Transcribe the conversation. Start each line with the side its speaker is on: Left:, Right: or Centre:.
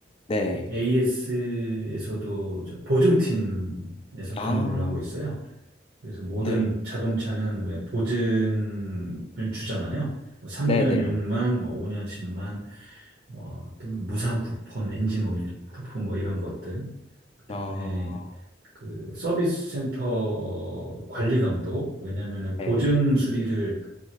Left: 네,
Right: AS에서도 보증팀에서
Left: 아,
Right: 근무를 하고 있어요. 그래서 모든
Left: 네.
Right: 자동차는 왜 보증을 주잖아요. 뭐 3년
Left: 네네.
Right: 6만, 뭐 5년 10만, 뭐 또는 무상 쿠폰, 엔진 오일 쿠폰 뭐 이런 것들. 그다음에
Left: 아,
Right: 그 서비스 센터 관리 감독. 왜냐면은
Left: 네.
Right: 보증 수리를